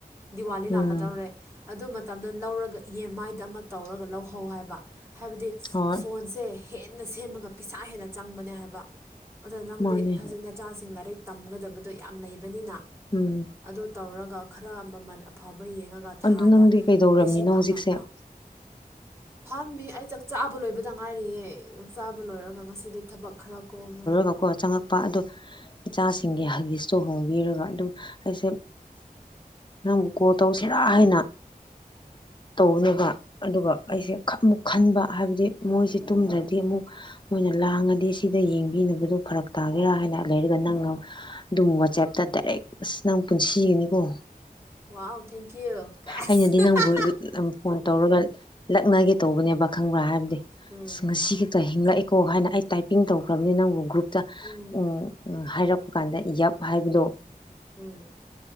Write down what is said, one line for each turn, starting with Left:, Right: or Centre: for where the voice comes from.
Right: ꯗꯤꯋꯥꯂꯤ
Left: ꯎꯝ
Right: ꯂꯥꯛꯀꯗꯧꯔꯦ ꯑꯗꯨ ꯃꯇꯝꯗ ꯂꯧꯔꯒ ꯏ ꯃꯥꯏꯗ ꯑꯃ ꯇꯧꯔꯒ ꯂꯧꯍꯧ ꯍꯥꯏꯕ ꯍꯥꯏꯕꯗꯤ
Left: ꯍꯣꯏ
Right: ꯐꫭꯟꯁꯦ ꯍꯦꯟꯅ ꯁꯦꯝꯃꯒꯄꯤꯁꯥ ꯍꯦꯟꯅ ꯆꯪꯕꯅꯦ ꯍꯥꯏꯕ ꯑꯗꯨ ꯅꯪꯗꯤꯊꯥꯖꯤꯟ
Left: ꯃꯥꯅꯦ
Right: ꯃꯆꯥꯁꯤꯡ ꯂꯥꯏꯔꯤꯛ ꯇꯝꯒꯗꯕꯗꯣ ꯌꯥꯝ ꯂꯩꯕꯅꯤꯅ
Left: ꯎꯝ
Right: ꯑꯗꯨ ꯇꯧꯔꯒ ꯈꯔ ꯃꯃꯜ ꯑꯐꯕ ꯌꯦꯡꯉꯒ ꯊꯥꯗ
Left: ꯑꯗꯨ ꯅꯪꯗꯤ ꯀꯩꯗꯧꯔꯝꯃꯤꯅꯣ
Right: ꯂꯤꯁꯤꯡ
Left: ꯍꯧꯖꯤꯛꯁꯦ
Right: ꯑꯃ ꯑꯃ ꯐꯥꯝꯃꯤ ꯑꯩ ꯆꯥꯛ ꯆꯥꯕ ꯂꯣꯏꯕꯗ ꯉꯥꯏꯔꯤꯌꯦ ꯆꯥꯛ ꯆꯥꯕ ꯂꯣꯏꯔꯒ ꯉꯁꯤꯗꯤ ꯊꯕꯛ ꯈꯔ ꯀꯣꯝꯃꯦ
Left: ꯀꯀꯣ ꯆꯪꯉꯛ ꯅꯨꯄꯥ ꯑꯗꯨ ꯏꯆꯥꯁꯤꯡꯒꯤ ꯍꯒꯤꯁꯇꯣ ꯍꯣꯡꯕꯤꯔꯒ ꯑꯗꯨꯝ ꯑꯩꯁꯦ ꯅꯪꯕꯨ ꯀꯣꯜ ꯇꯧꯁꯤꯔꯥ ꯍꯥꯏꯅ ꯇꯧꯅꯦꯕ ꯑꯗꯨꯒ ꯑꯩꯁꯦ ꯑꯃꯨꯛ ꯈꯟꯕ ꯍꯥꯏꯕꯗꯤ ꯃꯣꯏꯁꯦ ꯇꯨꯝꯗ꯭ꯔꯗꯤ ꯑꯃꯨꯛ ꯃꯣꯏꯅ ꯂꯥꯡꯉꯗꯤ ꯁꯤꯗ ꯌꯦꯡꯕꯤꯅꯕꯗꯨ ꯐꯔꯛ ꯇꯥꯒꯦꯔꯥ ꯍꯥꯏꯅ ꯂꯩꯔꯒ ꯅꯪꯅ ꯑꯗꯨꯝ ꯋꯥꯆꯦꯞꯇ ꯗꯥꯏꯔꯦꯛ ꯑꯁ ꯅꯪ ꯄꯨꯟꯁꯤꯒꯅꯤꯀꯣ
Right: ꯋꯥꯎ ꯊꯦꯡꯀ꯭ꯌꯨ ꯀꯥꯁ
Left: ꯑꯩꯅꯗꯤ ꯅꯪꯕꯨ
Right: <unintelligible>
Left: ꯐꯣꯟ ꯇꯧꯔꯒ ꯂꯛꯅꯒꯦ ꯇꯧꯕꯅꯦꯕ ꯈꯪꯕ꯭ꯔꯥ ꯍꯥꯏꯕꯗꯤ
Right: ꯎꯝ
Left: ꯑꯁ ꯉꯁꯤ ꯀꯍꯤꯡꯂꯛꯏ ꯀꯣ ꯍꯥꯏꯅ ꯑꯩ ꯇꯥꯏꯄꯤꯡ ꯇꯧꯈ꯭ꯔꯕꯅꯤ ꯅꯪꯕꯨ ꯒ꯭ꯔꯨꯞꯇ
Right: ꯎꯝ
Left: ꯎ ꯍꯥꯏꯔꯛꯄ ꯀꯥꯟꯗ ꯌꯞ ꯍꯥꯏꯕꯗꯣ
Right: ꯎꯝ